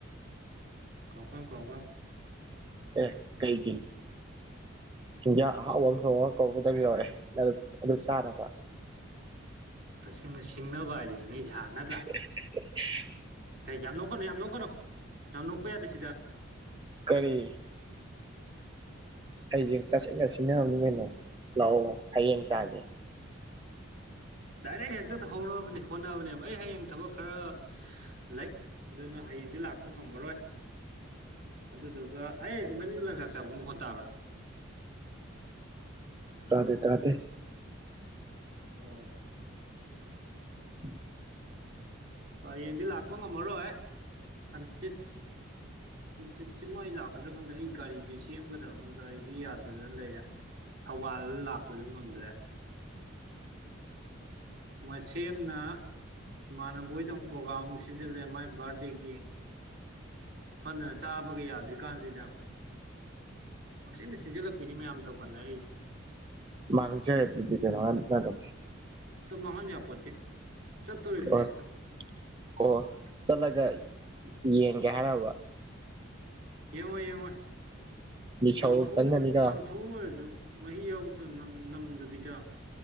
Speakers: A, on the right; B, on the right.
A: ꯀꯀ ꯀꯀ
B: ꯑꯦ ꯀꯩꯒꯤ ꯆꯤꯟꯖꯥꯛ ꯑꯍꯥꯎꯕ ꯑꯃ ꯊꯣꯛꯣꯡꯑꯒ ꯀꯧꯗꯕ ꯌꯥꯧꯔꯛꯦ ꯑꯗꯨ ꯆꯥꯅꯕ
A: ꯇꯁꯦꯡꯅ ꯁꯤꯡꯅꯕ ꯍꯥꯏꯁꯦ ꯅꯣꯏꯁꯍꯥ ꯅꯠꯇ꯭ꯔꯥ
B: <inaudible>
A: ꯑꯩ ꯌꯥꯝ ꯅꯣꯛꯀꯅꯨ ꯌꯥꯝ ꯅꯣꯛꯀꯅꯨ ꯌꯥꯝ ꯅꯣꯛꯄ ꯌꯥꯗꯦ ꯁꯤꯗ
B: ꯀꯔꯤ ꯑꯩꯁꯦ ꯇꯁꯦꯡꯅ ꯁꯤꯟꯅꯝꯅꯤꯅ ꯂꯥꯛꯑꯣ ꯍꯌꯦꯡ ꯆꯥꯁꯦ
A: ꯗꯥꯏꯔꯦꯛ ꯍꯦꯛꯇ ꯇꯧꯍꯧꯅꯕꯅꯦ ꯍꯣꯠꯅꯕꯅꯦꯕ ꯑꯩ ꯍꯌꯦꯡ ꯊꯕꯛ ꯈꯔ ꯂꯩ ꯑꯗꯨꯅ ꯍꯌꯦꯡꯗꯤ ꯂꯥꯛꯄ ꯣꯛ ꯉꯝꯃꯔꯣꯏ ꯑꯗꯨꯗꯨꯒ ꯑꯩ ꯏꯚꯅꯤ ꯂꯪꯆꯥꯛ ꯆꯥꯄ ꯃꯈꯣꯟ ꯇꯥꯕ꯭ꯔꯥ
B: ꯇꯥꯗꯦ ꯇꯥꯗꯦ
A: ꯑꯣ
B: ꯎꯝ
A: ꯌꯦꯡꯗꯤ ꯂꯥꯛꯄ ꯉꯝꯃꯔꯣꯏ ꯍꯟꯆꯤꯠ ꯍꯪꯆꯤꯠꯁꯤꯃ ꯑꯩ ꯂꯥꯛꯀꯗ꯭ꯔꯥ ꯈꯪꯗꯦ ꯑꯩ ꯒꯥꯔꯤꯁꯨ ꯁꯦꯝꯒꯗꯕꯅꯤ ꯒꯥꯔꯤꯁꯨ ꯌꯥꯗꯗꯅ ꯂꯩꯔꯦ ꯊꯧꯕꯥꯜ ꯂꯥꯛꯄꯁꯨ ꯉꯝꯗ꯭ꯔꯦ ꯃꯁꯦꯝꯅ ꯏꯃꯥꯟꯅꯕꯣꯏꯗ ꯑꯃꯨꯛ ꯄ꯭ꯔꯣꯒꯥ꯭ꯔꯝꯃꯨꯛ ꯁꯤꯟꯖꯜꯂꯛꯑꯦ ꯃꯥꯏ ꯕꯥꯔꯗꯦꯒꯤ ꯁꯣꯟꯗꯅ ꯆꯥꯕꯒ ꯌꯥꯗ꯭ꯔꯤ ꯀꯥꯟꯁꯤꯗ ꯄꯥꯛꯆꯟꯅ ꯁꯤꯟꯖꯜꯂꯛꯄꯤꯅꯤ ꯃꯌꯥꯝ ꯇꯧꯈꯠꯅꯔꯤꯛꯁꯦ
B: ꯃꯥꯡꯁ ꯇꯀꯦꯅꯇ
A: ꯇ ꯃꯍꯥꯟ ꯌꯥꯄꯣꯠꯇꯦ ꯆꯠꯇꯣꯔꯤꯕꯅꯤ
B: ꯑꯣꯁ
A: ꯍꯦꯛꯇ
B: ꯑꯣ ꯆꯠꯂꯒ ꯌꯦꯡꯒꯦ ꯍꯥꯏꯔꯕ
A: ꯌꯦꯡꯉꯣ ꯌꯦꯡꯉꯣꯏ
B: ꯃꯤꯁꯧ
A: ꯆꯝꯊꯨ
B: ꯆꯪꯒꯅꯤꯒ
A: ꯆꯝꯊ ꯊꯊꯨ ꯑꯣꯏꯔꯁꯨ ꯃꯍꯤ ꯌꯥꯎꯗꯅ ꯅꯝꯗꯕꯤꯗ